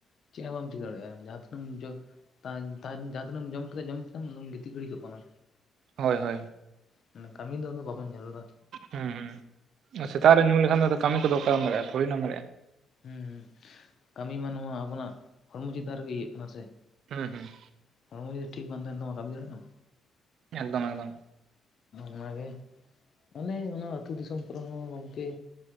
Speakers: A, on the left; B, on the right.
A: ᱪᱮᱫ ᱦᱚᱸ ᱵᱟᱢ ᱪᱤᱠᱟᱹ ᱫᱟᱲᱮᱭᱟᱜ-ᱟ ᱡᱟᱦᱟᱸ ᱛᱤᱱᱟᱹᱜ ᱡᱚ ᱟ ᱡᱟᱦᱟᱸ ᱛᱤᱱᱟᱹᱜ ᱮᱢ ᱡᱚᱢ ᱠᱮᱫᱟ ᱡᱚᱢ ᱠᱮᱫᱟᱢ ᱟᱫᱚᱢ ᱜᱤᱛᱤᱡ ᱜᱤᱲᱤ ᱠᱚᱜ ᱠᱟᱱᱟ
B: ᱦᱳᱭ ᱦᱳᱭ
A: ᱢᱟᱱᱮ ᱠᱟᱹᱢᱤ ᱫᱚ ᱵᱟᱵᱚᱱ ᱧᱮᱞ ᱮᱫᱟ
B: ᱦᱮᱸ ᱦᱩᱸ ᱥᱮᱛᱟᱜ ᱨᱮ ᱧᱩ ᱞᱮᱠᱷᱟᱱ ᱫᱚ ᱠᱟᱹᱢᱤ ᱠᱚᱫᱚ ᱚᱠᱟᱨᱮ ᱫᱟᱲᱮᱭᱟᱜ-ᱟ ᱛᱷᱩᱲᱤ ᱱᱟᱢ ᱫᱟᱲᱮᱭᱟᱜ-ᱟ
A: ᱦᱩ ᱠᱟᱹᱢᱤ ᱢᱟ ᱱᱚᱣᱟ ᱟᱵᱚᱱᱟᱜ ᱦᱚᱲᱢᱚ ᱪᱮᱛᱟᱱ ᱨᱮᱜᱮ ᱤᱭᱟᱹᱜ ᱠᱟᱱᱟ ᱥᱮ ᱾
B: ᱦᱩᱸ ᱦᱩᱸ
A: ᱦᱚᱲᱢᱚ ᱡᱩᱫᱤ ᱴᱷᱤᱠ ᱵᱟᱝ ᱛᱟᱦᱮᱱ ᱛᱟ ᱠᱟᱹᱢᱤ ᱫᱟᱲᱮᱭᱟᱜ-ᱟᱢ
B: ᱮᱠᱫᱚᱢ ᱮᱠᱫᱚᱢ
A: ᱚᱱᱟᱜᱮ ᱢᱟᱱᱮ ᱚᱱᱟ ᱟᱹᱛᱩ ᱫᱤᱥᱚᱢ ᱠᱚᱨᱮ ᱦᱚᱸ ᱜᱚᱝᱠᱮ